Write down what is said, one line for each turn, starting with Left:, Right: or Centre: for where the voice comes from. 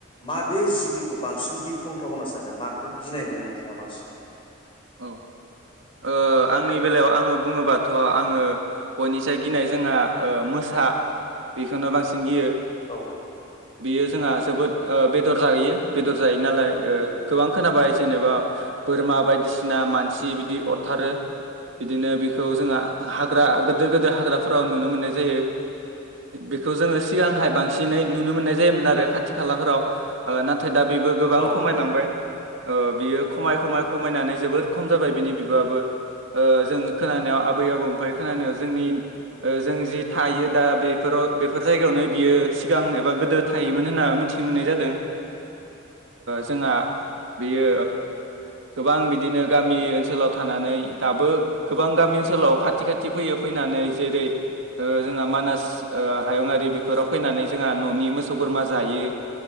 Left: मा बे जिबिखौ बांसिन गिख्रंथाव होनना सानो मा माखौ गिनाय मोनो नोंथाङा बांसिन?
Right: औ। ओं आंनि बेलायाव आङो बुङोबाथ' आङो बयनिसाय गिनाय जोंहा मोसा बेखौनो बांसिन गियो
Left: औ
Right: बियो जोंहा जोबोद बेदर जाहैयो बेदर जायो नालाय गोबां खोनाबाय जेनेबा बोरमा बायदिसिना मानसि बिदि अरथारो बिदिनो जोंहा ह्रा गेदिर गोेदेर हाग्राफोराव नुनो मोननाय जायो बेखौ जोङो सिगांहाय बांसिनै नुनो मोननाय जायोमोन आरो खाथि खालाफोराव नाथाय नाथाय दा बेबो
Left: औ-औ-औ-औ-औ-औ-औ-औ-औ-औ-औ
Right: गोबां खमायलांबाय बियो खमाय खमाय खमायनानै जोबोद खम जाबाय बिनि बिबां बाबो जोङो खोनानायाव आबै आबौनिफ्राय खोनानायाव जोंनि जों जि थायो दा बेफोराव बेफोर जायगायावनो बियो सिगां एबा गोदो थायोमोन होनना मिथि मिथि मोननाय जादों
Left: <inaudible>
Right: जोंहा बेयो गोबां बिदिनो गामि ओनसोलाव' ानानै दाबो गोबां गामि ओनसोलाव खाथि खाथि फैयो फैनानै जेरै जों मानास हायुंङआारि बेफोराव फैनानै जोंहा न'नि मोसौ बोरमा जायो